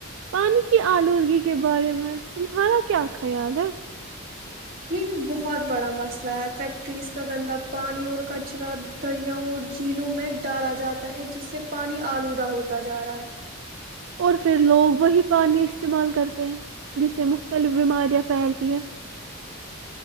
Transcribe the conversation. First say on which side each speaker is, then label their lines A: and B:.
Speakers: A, on the right; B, on the right.
A: پانی کی آلودگی کے بارے میں تمہارا کیا خیال ہے
B: یہ بھی بہت بڑا مسئلہ تا ہے فیکٹریز کا گندا پانی اور کچرا دریاؤں اور جھیلوں میں ڈالا جاتا ہے جس سے پانی آلودہ ہوتا جا رہا ہے
A: اور پھر لوگ وہی پانی استعمال کرتے ہیں جس سے مختلف بیماریاں پھیلتی ہیں